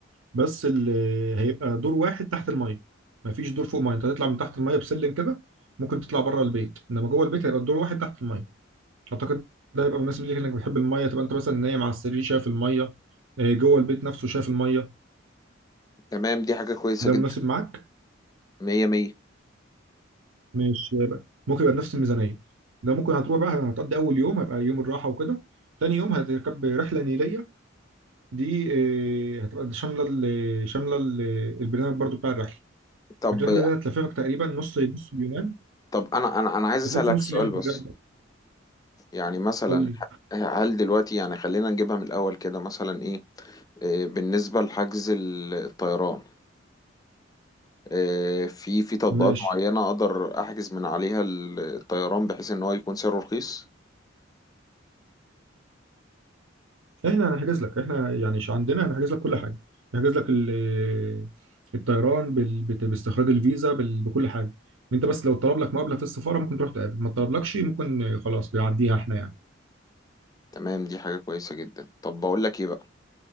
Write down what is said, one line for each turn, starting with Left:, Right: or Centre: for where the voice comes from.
Right: بس اللي هيبقى دور واحد تحت الميه مفيش دور فوق الميه انت هتطلع من تحت الميه بسلم كده ممكن تطلع بره البيت انما جوه البيت هيبقى الدور واحد تحت الميه اعتقد ده هيبقى مناسب ليك انك بتحب الميه تبقى انت مثلا نايم على السرير شايف الميه آه، جوه البيت نفسه شايف الميه
Left: تمام دي حاجة كويسة
Right: ده
Left: جدا
Right: مناسب معاك
Left: مية مية
Right: مش يبقى ممكن يبقى بنفس الميزانيه ده ممكن هتروح بقى هتقضي اول يوم هيبقى يوم الراحه وكده تاني يوم هتركب رحله نيليه دي آه، هتبقى شامله ال- شامله ال- البرنامج برضو بتاع الرحله
Left: طب
Right: الرحله دي هتلففك تقريبا نص نص اليونان
Left: طب أنا أنا أنا عايز أسألك
Right: هتلف نص
Left: سؤال
Right: اليونان
Left: بس
Right: في الرحله
Left: يعني مثلا
Right: قول لي
Left: هل دلوقتي يعني خلينا نجيبها من الأول كده مثلا إيه آه، بالنسبة لحجز ال- الطيران آه، في في تطبيقات
Right: ماشي
Left: معينة أقدر أحجز من عليها ال- الطيران بحيث إن هو يكون سعره رخيص
Right: احنا هنحجز لك احنا يعني ش- عندنا هنحجز لك كل حاجه هنحجز لك ال- الطيران بال... بت- باستخراج الفيزا بال... بكل حاجه انت بس لو طلب لك مقابله في السفاره ممكن تروح تقابل ما طلبلكش ممكن خلاص يعديها احنا يعني
Left: تمام دي حاجة كويسة جدا طب بقول لك إيه بقى